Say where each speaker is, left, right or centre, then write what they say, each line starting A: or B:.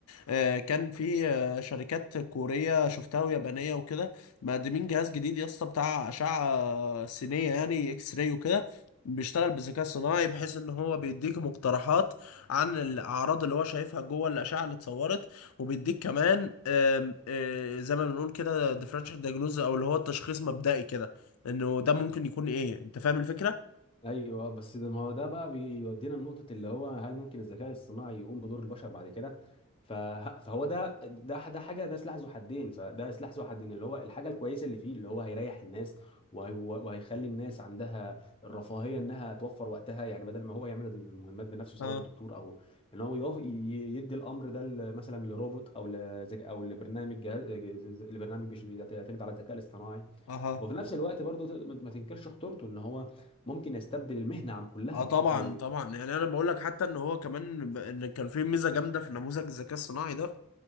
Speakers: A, on the left; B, on the left.
A: آه، كان في آه، شركات كورية شفتها ويابانية وكده مقدمين جهاز جديد يا اسطى بتاع أشعة سينية يعني اكس راي وكده بيشتغل بالذكاء الصناعي بحيث ان هو بيديك مقترحات عن الاعراض اللي هو شايفها جوه الاشعه اللي اتصورت وبيديك كمان آم، آه، زي ما بنقول كده ديفرنشال دايجنوز او اللي هو التشخيص مبدئي كده انه ده ممكن يكون ايه انت فاهم الفكره
B: ايوه بس ده ما هو ده بقى بيودينا لنقطه اللي هو هل ممكن الذكاء الاصطناعي يقوم بدور البشر بعد كده فه- فهو ده ده ده حاجه ده سلاح ذو حدين فده سلاح ذو حدين اللي هو الحاجه الكويسه اللي فيه اللي هو هيريح الناس وهي- وهيخلي الناس عندها الرفاهيه انها توفر وقتها يعني بدل ما هو يعمل المهمات بنفسه سواء
A: اه
B: الدكتور او ان هو يوف- ي- يدي الامر ده ل- مثلا لروبوت او لذك- او لبرنامج جهاز- جهاز- لبرنامج بيش- بيعتمد على الذكاء الاصطناعي
A: اها
B: وفي نفس الوقت برضو تقدر- ما تنكرش خطورته ان هو ممكن يستبدل المهنه عن كلها
A: اه
B: بشكل
A: طبعا طبعا يعني انا بقول لك حتى ان هو كمان ب- ان كان في ميزه جامده في نموذج الذكاء الصناعي ده